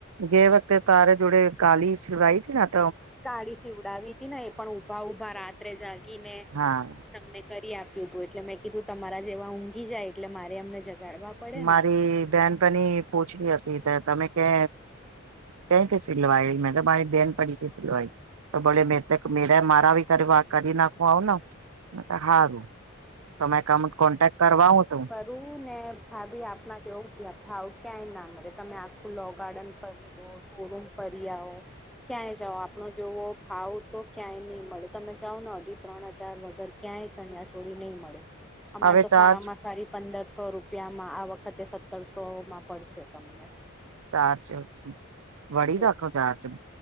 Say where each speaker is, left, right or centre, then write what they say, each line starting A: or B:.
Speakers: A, on the right (about 85°); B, in the centre.
A: જે વખતે તારે જોડે કાલી સિડવાઈ હતી ના
B: કાળી સીવડાવી તી ને એ પણ ઉભા ઉઊભા રાત્રે જાગી ને
A: હા
B: તમને કરી આપ્યું હતું એટલે મેં કીધું તમારા જેવા ઊંઘી જાય એટલે મારે અમને જગાડવા પડે ને
A: મારી બેહેન પણની પૂછલી હતી તમે કે કઈથી સિલવાયલ મેં તો મારી બેન પણથી સિલવા તો બોલે મેરે ત મેરા મારાાી કાર વા કરી નાખઓ ના હારું તમે ક કોન્ટેક્ટ કરવા આવ છ
B: રું ને ભાાવી આપણા કેવું ધ્યાન હાવ ક્યાંય ના મરે તમે આખું લો ગાર્ડન ખરીદો શોરૂમ ફરી આવો ક્યાંય જાઓ આપણો જોવો ભાવ તો ક્યાંય નહી મળે તમે જાઓ ને અઢી ત્રણ હજાર વગર ક્યાંય ચણિયા ચોળ નહી મળે અમારે
A: હવે
B: તો
A: ચાર્જ
B: સારામાં સારી પંદરસો રૂપિયામાં આ વખતે સત્તરસોમાં પડશે તમને
A: ચાર ચ વડી
B: એવું
A: રાખો ચાર ચ